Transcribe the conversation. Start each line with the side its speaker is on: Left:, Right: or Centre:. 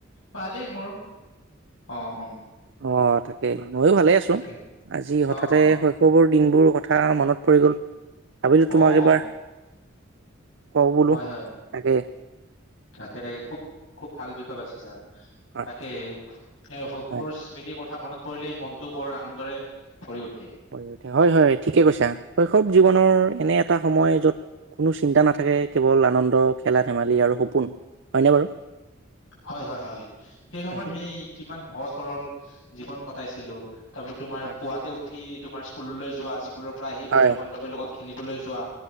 Left: ভালেই মোৰ। অ অ
Right: অঁ তাকেই। ময়ো ভালে আছো
Left: তাকে
Right: আজি হঠাতে
Left: অ', অ',
Right: শৈশৱোৰ, দিনবোৰ কথা মনত পৰি গ'ল। ভাবিলো তোমাক
Left: অ',
Right: এবাৰ, কওঁ বোলো,
Left: হয় হয়।
Right: তাকে
Left: তাকে তাকে খুব খুব ভাল বিষয়ে বাচিছা।
Right: হয়,
Left: তাকে এ শৈশৱৰ
Right: হয়।
Left: স্মৃতিৰ কথা মনত। পৰিলে মনতটো বৰ আনন্দৰে ভৰি উঠ
Right: ভৰি উঠে, হয় হয় ঠিকে কৈছা। শৈশৱ জীৱনৰ এনে এটা সময় যত কোনো চিন্তা নাথাকে কেৱল আনন্দ খেলা ধেমালি আৰু সপোন হয়নে বাৰু
Left: হয় হয় হয় সেই সময়তমি
Right: হয়,
Left: কিমান সহজ সৰল জীৱন কটাইছিলো তাৰপি তোমাৰ
Right: হয়,
Left: পুৱাতে উঠি। তোমাৰ স্কুললৈ যোৱা। স্কুলৰ পৰা আহ বন্ধু
Right: হয়,
Left: বান্ধৱীৰ লগত খেলিবলৈ যোৱা